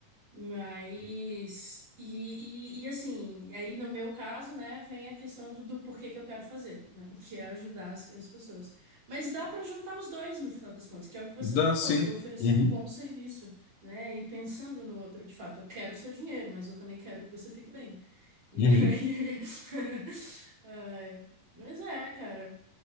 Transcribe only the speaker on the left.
Dá
sim.
Uhum.
Uhum.